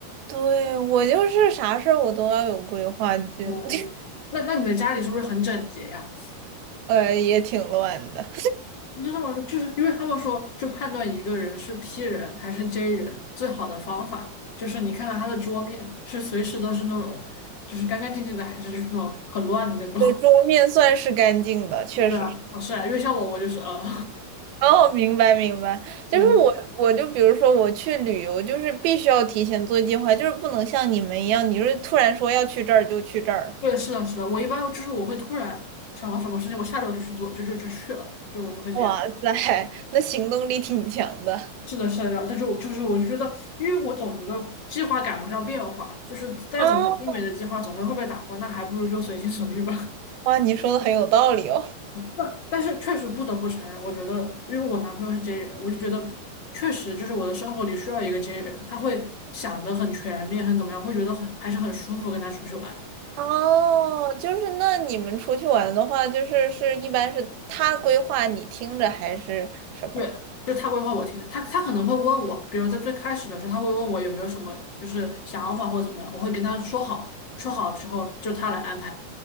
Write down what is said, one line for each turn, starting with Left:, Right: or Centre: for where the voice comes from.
Right: 对，我就是啥事儿我都要有规划，就
Left: 嗯，
Right: <laughs>
Left: 那那你的家里是不是很整洁呀？
Right: 呃也挺乱的。
Left: 你知道吗？就是因为他们说，就判断一个人是 P 人还是 J 人，最好的方法就是你看看他的桌面是随时都是那种就是干干净净的，还是那种很乱的那种。
Right: 对，
Left: <laughs> 啊？
Right: 桌面算是干净的，确实。
Left: 对啊，啊是啊，因为像我，我就是呃，
Right: <laughs> 哦，明白明白，
Left: <laughs> 对
Right: 就是我，我就比如说我去旅游，就是必须要提前做计划，就是不能像你们一样，你就是突然说要去这儿就去这儿。
Left: 对，是的，是的，我一般就是我会突然想到什么事情，我下周就去做，就就就去了，就我就会这样。
Right: 哇塞，那行动力挺强的
Left: 是的，是的，然后这就就是我就觉得，因为我总觉得计划赶不上变化，就是再怎么精美的计划总归会被打破，
Right: 啊
Left: 那还不如就随心所欲吧。
Right: <laughs>！哇，你说的很有道理哦。
Left: <laughs> 但是确实不得不承认，我觉得，因为我男朋友是 J 人，我就觉得确实就是我的生活里需要一个 J 人，他会想的很全面，很怎么样，会觉得很还是很舒服跟他出去玩。
Right: 哦，就是那你们出去玩的话，就是是一般是他规划你听着还是什么？
Left: 对，就他规划我听的，他他可能会问我，比如在最开始的时候，他会问我有没有什么就是想法或者怎么样，我会跟他说好，说好之后就他来安排，